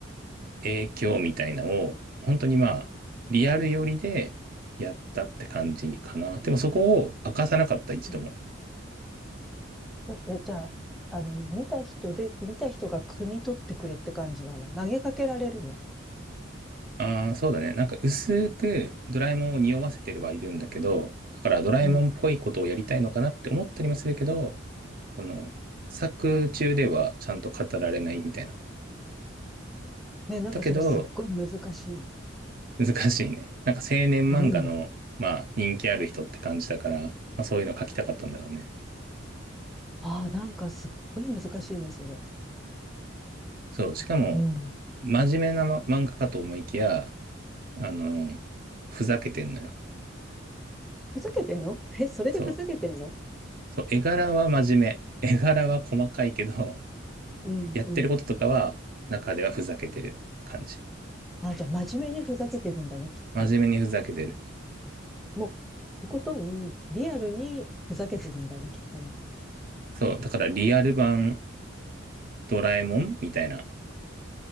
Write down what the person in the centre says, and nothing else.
うん。え、えじゃあ、あの、見た人で、見た人が汲み取ってくれって感じなの。投げかけられるの。
うん。
ね、なんかそれすっごい難しい。
うん。
ああ、なんかすっごい難しいね、それ。
うん。
ふざけてんの <laughs> え、それでふざけてんの
うんうん。
あ、じゃあ真面目にふざけてるんだね、きっと。
もう、とことん、リアルにふざけてるんだね、きっとね。